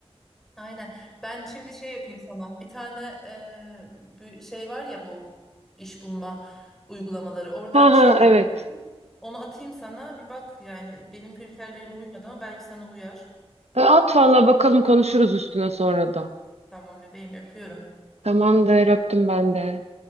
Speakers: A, in the centre; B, on the right.
A: Aynen. Ben şimdi şey yapayım sana. Bir tane eee, bir şey var ya bu iş bulma uygulamaları. Oradan
B: Ha
A: bir
B: ha
A: şey bulun.
B: evet.
A: Onu atayım sana. Bir bak yani benim kriterlerime uymadı ama belki sana uyar.
B: E, at valla bakalım konuşuruz üstüne sonra da.
A: Tamam bebeğim öpüyorum.
B: Tamamdır öptüm ben de.